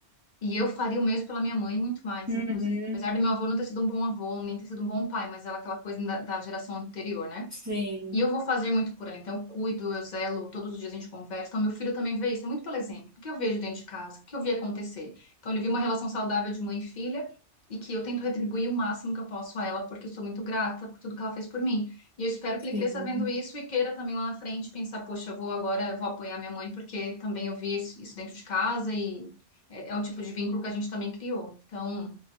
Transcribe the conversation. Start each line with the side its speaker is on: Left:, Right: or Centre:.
Left: E eu faria o mesmo pela minha mãe, muito mais,
Right: Uhum.
Left: inclusive. Apesar do meu avô não ter sido um bom avô, nem ter sido um bom pai, mas ela é aquela coisa da, da geração anterior, né?
Right: Sim,
Left: E eu vou fazer muito por ela. Então, eu cuido, eu zelo, todos os dias a gente conversa. Então, meu filho também vê isso, é muito pelo exemplo. O que eu vejo dentro de casa, o que eu vi acontecer. Então, ele viu uma relação saudável de mãe e filha e que eu tento retribuir o máximo que eu posso a ela, porque eu sou muito grata por tudo que ela fez por mim. E eu espero
Right: sim,
Left: que ele cresça vendo isso e queira também lá na frente pensar, poxa, eu vou agora, eu vou apoiar minha mãe, porque também eu vi isso isso dentro de casa e é, é um tipo de vínculo que a gente também criou. Então,